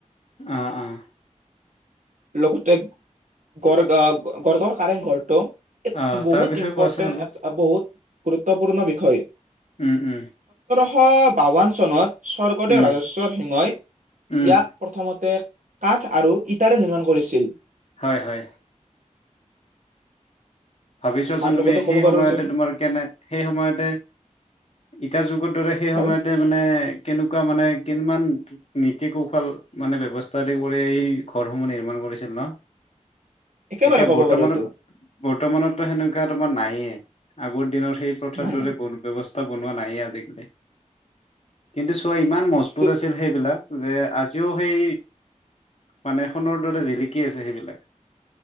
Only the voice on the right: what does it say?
লগতে গড়গাৱ গড়গাঁৱৰ কাৰেং ঘৰটো
বহুত
ইম্পৰ্টেণ্ট
এ বহুত গুৰুত্বপূৰ্ণ বিষয়-
শ বাৱন চনত-। স্বৰ্গদেৱ
ৰাজেশ্বৰ-। ইয়াক
প্ৰথম-। মতে কাঠ আৰু ইটাৰে নিৰ্মাণ কৰিছিল।
আৰু
লগতে ক'ব
পাৰো
যে
হয়
একেবাৰে
ক'ব
পাৰো টো।
নাই
নাই
এইটো